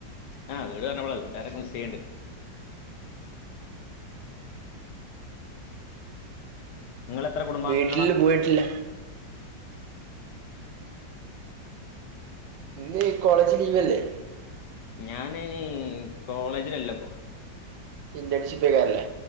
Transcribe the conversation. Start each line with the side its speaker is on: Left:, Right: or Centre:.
Left: ആഹ് വീട് പറ്ഞ്ഞപ്പളാ വീട്ടാരെക്കെ മിസ്സ്യ്യ്ണ്ണ്ട് നിങ്ങളെത്ര കുടുംബാംഗങ്ങളാ
Right: വീട്ട്ല് പോയിട്ടില്ല ഇന്ന് ഈ കോളേജ് ലീവ് അല്ലെ
Left: ഞാനയിന് കോളേജിലല്ലപ്പോ
Right: ഇന്റഡ്ഷിപ്പ്ക്കാരല്ലെ